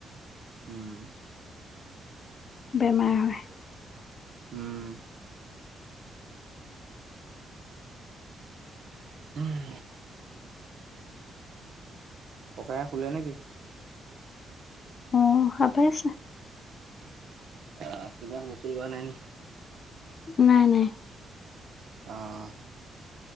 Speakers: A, on the right; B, on the left.
A: হম
B: বেমাৰ হয়
A: উম উম ককাই শুলে নেকি
B: অ হাপাই আছে
A: অ কিবা হুলস্থূল কৰা নাই নি
B: নাই নাই
A: আহ